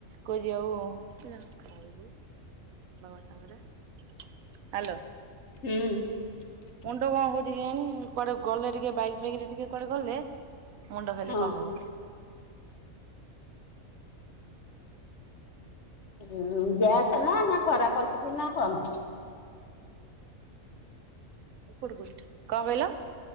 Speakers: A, on the right; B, on the left.
A: କହୁଛି ଆଉ ହ୍ୟାଲୋ।
B: ହୁଁ।
A: ମୁଣ୍ଡ କଣ ହଉଛି କେଜାଣି କୁଆଡେ ଗଲେ ଟିକେ ବାଇକ୍ ଫାଇକ୍ ଟିକେ କୁଆଡେ ଗଲେ ମୁଣ୍ଡ ଖାଲି
B: ହଁ
A: କଣ ହବ?
B: ଉଁ ଗ୍ୟାସ ନା ନା ଖରା ପଶିକି ନା କଣ?
A: କଣ କହିଲ?